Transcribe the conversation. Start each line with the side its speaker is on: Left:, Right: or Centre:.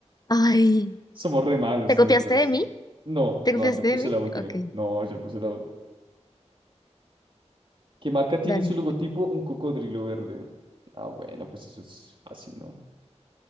Left: Ay,
Right: Somos re malos,
Left: ¿te
Right: de
Left: copiaste
Right: verdad.
Left: de mí?
Right: No,
Left: ¿Te
Right: no,
Left: copiaste
Right: yo puse
Left: de mí?
Right: la última.
Left: Ok,
Right: No, yo puse la última. ¿Qué marca tiene
Left: dale.
Right: en su logotipo? Un cocodrilo verde. Ah, bueno, pues eso es fácil, ¿no?